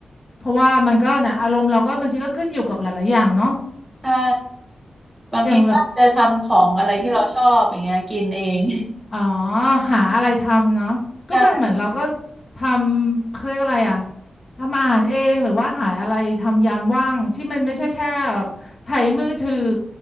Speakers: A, on the left; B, on the right.
A: เพราะว่ามันก็นะอารมณ์เราก็บางทีก็ขึ้นอยู่กับหลายๆอย่างเนาะ
B: ใช่ บางทีก็อาจจะทำของอะไรที่เราชอบอย่างเงี้ยกินเอง
A: อย่างแบบอืมอ๋อหาอะไรทำเนาะก็มันเหมือนเราก็
B: <laughs> ใช่
A: ทำเขาเรียกอะไรอะทำอาหารเองหรือว่าหาอะไรทำยามว่างที่มันไม่ใช่แค่แบบไถมือถือ